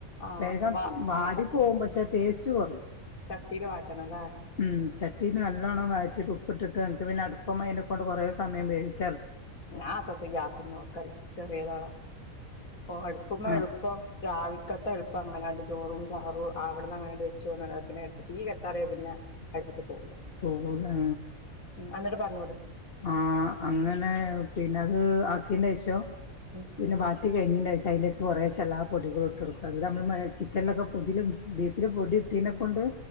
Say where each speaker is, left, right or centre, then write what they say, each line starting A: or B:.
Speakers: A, on the left; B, on the left.
A: ആ
B: വേഗം
A: വ
B: വാടി
A: ആ
B: പോവും പക്ഷെ ടേസ്റ്റ് കൊറിം.
A: ചട്ടീല് വാട്ടണലേ?
B: ഉം ചട്ടീല് നല്ലോണ്ണം വയറ്റിയിട്ട് ഉപ്പിട്ടിട്ട് അൻക്ക് പിന്നെ അട്പ്പ്‌മ്മേ കൊണ്ട് കൊറേ സമയം വേവിച്ചാൽ
A: ഞാ അതൊക്കെ ഗ്യാസുംമ്മ വെക്കല ചെറിയതാളൊക്കെ ഓ അടുപ്പ്മ്മ
B: ആഹ്
A: എള്പ്പം രാവിൽക്കത്തെ എൾപ്പ അങ്ങനാണ്ട് ചോറും ചാറും അവിട്ന്നങ്ങനണ്ട് വെച്ചോന്ന്ണ് പിന്നെ എട്ക് തീ കെട്ടാറിയ പിന്നെ അട്പ്പത്ത്ക്കോവൂല.
B: പോവൂലാ
A: ഉം അന്നിട്ട് പർഞ്ഞൂട്
B: ആഹ് അങ്ങനെ പിന്നെത് ആക്കിന്റെശം
A: ഉം
B: പിന്നെ വാട്ടി കഴിഞ്ഞേന്റെഷം അയ്ല് കൊറേശ ല്ലാ പൊടികള് ഇട്ട് കൊട്ക്കും. അതില് നമ്മള് ചിക്കൻലൊക്കെ പുതില് ബീഫിൽ പൊടി ഇട്ടീനെകൊണ്ട്